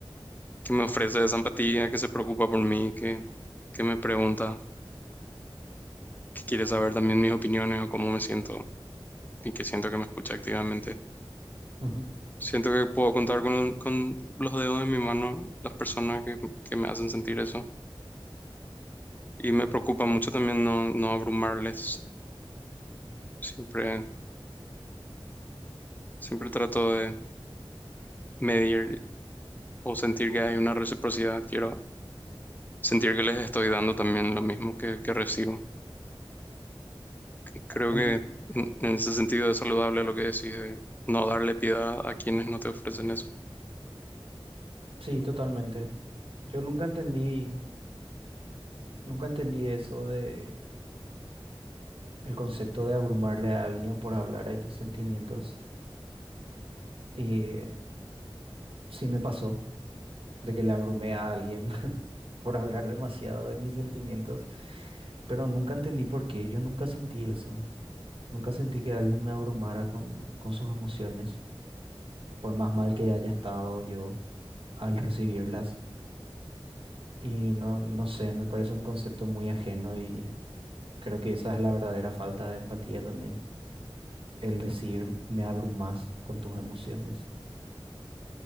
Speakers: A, on the left; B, on the right.
A: que me ofrece esa empatía, que se preocupa por mí, que, que me pregunta, que quiere saber también mis opiniones o cómo me siento y que siento que me escucha activamente.
B: ujú.
A: Siento que puedo contar con, con los dedos de mi mano ¿no? las personas que, que me hacen sentir eso. Y me preocupa mucho también no, no abrumarles. Siempre, siempre trato de medir o sentir que hay una reciprocidad. Quiero sentir que les estoy dando también lo mismo que, que recibo. Creo
B: Am-
A: que en, en ese sentido es saludable lo que decís de no darle piedad a quienes no te ofrecen eso.
B: sí, totalmente. Yo nunca entendí, nunca entendí eso de el concepto de abrumarle a alguien por hablar de tus sentimientos. Y sí me pasó de que le abrumé a alguien <laughs> por hablar demasiado de mis sentimientos, pero nunca entendí por qué. Yo nunca sentí eso. Nunca sentí que alguien me abrumara con, con sus emociones. por más mal que haya estado yo al recibirlas. Y no, no sé, me parece un concepto muy ajeno y creo que esa es la verdadera falta de empatía también, el decir me abrumas con tus emociones.